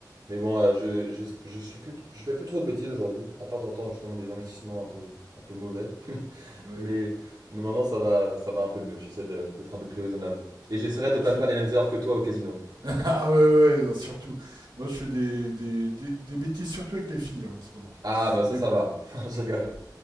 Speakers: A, on the right (about 60°); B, on the right (about 80°).
A: Mais bon, euh, je, je, je suis plus, je fais plus trop de bêtises aujourd'hui. À part, de temps en temps, justement, des investissements un peu, un peu mauvais. <laughs>
B: oui.
A: Mais, mais maintenant, ça va, ça va un peu mieux. J'essaie de- d'être un
B: Ah.
A: peu plus raisonnable. Et j'essaierai de
B: Moi,
A: pas
B: je fais
A: faire
B: des.
A: les mêmes erreurs que toi au casino.
B: <laughs> Ah ouais, ouais, ouais, non, surtout. Moi, je fais des, des, des, des bêtises, surtout avec les filles, là, en ce moment.
A: Ah, bah ça,
B: Mais
A: ça
B: bon.
A: va. <laughs> Je rigole.